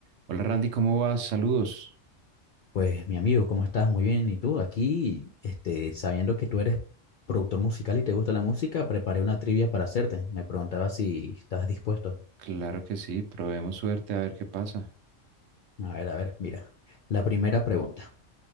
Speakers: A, on the right; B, on the left.
A: Hola Randy, ¿cómo vas? Saludos.
B: Pues mi amigo, ¿cómo estás? Muy bien. ¿Y tú? Aquí, este, sabiendo que tú eres productor musical y te gusta la música, preparé una trivia para hacerte. Me preguntaba si estás dispuesto.
A: Claro que sí, probemos suerte a ver qué pasa.
B: A ver, a ver, mira. La primera pregunta.